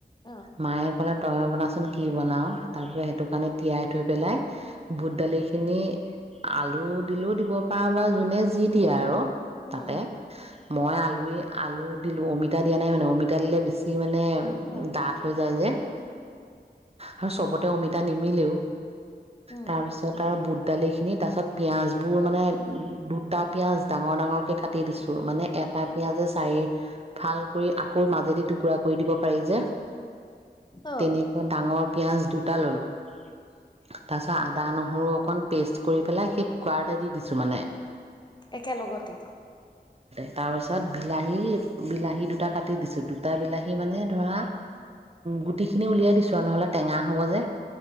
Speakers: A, on the left (about 25°); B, on the right (about 35°).
A: অ',
B: মায়ে ক'লে তইয়ে বনাচোন কি বনাওঁ তাৰপিচত সেইটো কাৰণে তিয়াই থৈ পেলাই বুট দালি খিনি আলু দিলেও দিব পাৰা বা যোনে যি দিয়ে আৰু
A: উম,
B: তাতে,
A: উম,
B: মই আল আৰু এই আলু দিলোঁ, অমিতা দিয়া নাই মানে অমিতা দিলে বেছি মানে
A: অ',
B: ডাঠ হৈ যায় যে আৰু চবতে অমিতা নিমিলেও।
A: উম,
B: তাৰপিছত আৰু বুট দালিখিনি তাৰ পাছত পিয়াঁজবোৰ মানে দুটা পিয়াঁজ ডাঙৰ-ডাঙৰ কাটি দিছো মানে এটা পিয়াজে চাৰি ভাল কৰি আক আকৌ মাজেদি টুকুৰা কৰি দিব পাৰি যে
A: অ',
B: তেনে ডাঙৰ পিয়াঁজ দুটা ললোঁ, তাপিছত আদা-নহৰু অকণ পেষ্ট কৰি পেলাই সেই কুকাৰতে দি দিছো মানে।
A: একেলগতে
B: তাৰ পাছত বিলাহী, বিলাহী দুটা কাটি কাটি দিছোঁ দুটা বিলাহী মানে ধৰা, গুটিখিনি উলিয়াই দিছোঁ <unintelligible> টেঙা হ'ব যে,